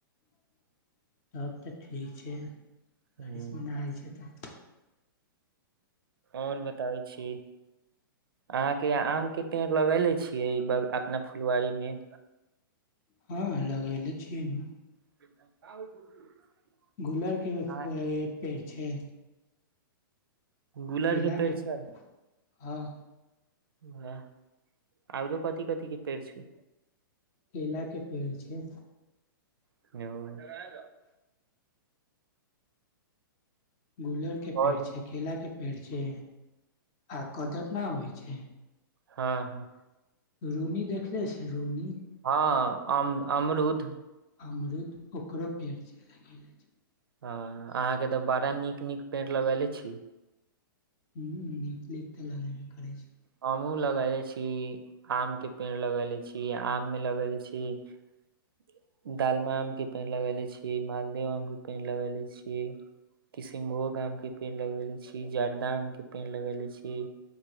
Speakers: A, on the left; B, on the right.
A: <inaudible> तब तऽ ठीक छै <inaudible> बारिशमे
B: हूँ,
A: नहाय छै तऽ
B: ओर बताबै छी अहाँ केँ आम केँ पेड़ लगेले छियै अपना फुलवाारी में
A: हँ लगले छियै नु
B: <unintelligible>
A: गुलर केँ
B: आ
A: पेड़ छै
B: गुलर
A: केला
B: के पेड़
A: केँ
B: छै
A: <inaudible> हँ
B: वएह <inaudible> औरो कथी कथी केँ पेड़ छै
A: केला केँ पेड़ छै
B: <unintelligible>
A: गुलर केँ
B: और
A: पेड़ छै केला केँ पेड़ छै आ कदम ना होइ छै
B: हँ हँ
A: रूनी देखले छै रूनी
B: हँ अम अमरुद
A: अमरुद ओकरो पेड़ छै लगेले छै
B: ह अहाँ केँ तऽ बड़ा नीक नीक पेंड़ लगेले छी
A: <unintelligible> नीक तऽ लगेबे करै छै
B: हमहूँ लगेले छी आम केँ पेड़ लगेले छी आम मे लगेे छी <inaudible> दालम आम कऽ पेड़ लगेले छिये मालदेव आम केँ पेड़ लगेले छीये किशनभोग आम केँ पेड़ लगेले छी जर्दा आम केँ पेड़ लगेले छी।